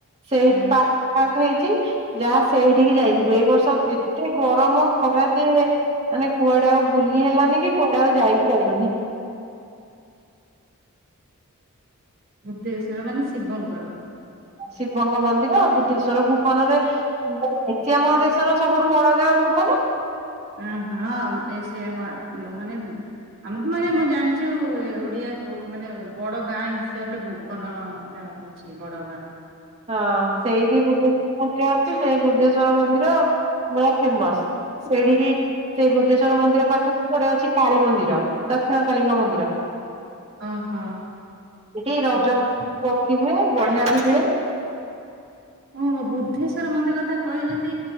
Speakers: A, on the right (about 30°); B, on the right (about 60°).
A: ସେଇଠି
B: ହଁ
A: ପା ପା ହେଇଛି ଯାହା ସେଇଠିକି ଯାଇଥିଲୁ। ଏଇ ବର୍ଷ ଏତେ ଗରମ ଖରା ଯେ ମାନେ କୁଆଡେ ଆଉ ବୁଲି ହେଲାନି। କି କୁଆଡେ ଆଉ ଯାଇବି ପାଇଲୁନି।
B: ବୁଦ୍ଧେଶ୍ୱର ମାନେ ଶିବଙ୍କର।
A: ଶିବଙ୍କ ମନ୍ଦିର ବୁଦ୍ଧେଶ୍ଵର ଭୁବନରେ ଏସିଆ ମହାଦେଶର ସବୁଠୁ ବଡ ନା ଭୁବନ।
B: ଅଁ ହଁ ଏ ସେ ମ ମାନେ ଆମେ ତ ମାନେ ମୁଁ ଜାଣିଚୁ ଓଡିଆ ମାନେ ଉ ମାନେ ବଡ ଗାଁ ହିସାବରେ ଭୁବନଟା ହଉଛି ବଡ ଗାଁ।
A: ହଁ ସେଇଠି। <unintelligible> ସେଇ ବୁଦ୍ଧେଶ୍ଵର ମନ୍ଦିର ପୁରା ଫେମସ୍। ସେଇଠିକି ସେଇ ବୁଦ୍ଧେଶ୍ଵର ମନ୍ଦିର ପାଖରେ ଗୋଟେ ଅଛି କାଳୀ ମନ୍ଦିର ଦକ୍ଷିଣ କାଳୀଙ୍କ ମନ୍ଦିର।
B: ଓହୋ
A: ସେଠି ରଜ
B: ଓହୋ
A: ମହୋତ୍ସବ ହୁଏ, ବଢିଆ ବି ହୁଏ।
B: ଓହୋ ବୁଦ୍ଧେଶ୍ଵର ମନ୍ଦିର କଥା କହିଛନ୍ତି